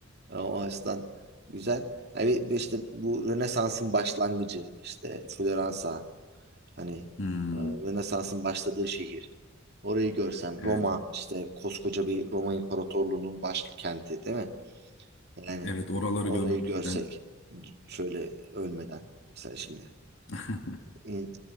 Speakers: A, on the right; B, on the left.
A: E, o açıdan güzel. Hani işte bu Rönesans'ın başlangıcı işte Floransa hani
B: Hmm,
A: e, Rönesans'ın başladığı şehir. Orayı görsem
B: evet.
A: Roma işte koskoca bir Roma İmparatorluğu'nun başkenti değil mi? Yani
B: Evet oraları
A: orayı
B: görmekten
A: görsek şöyle ölmeden mesela şimdi
B: <laughs>
A: İn-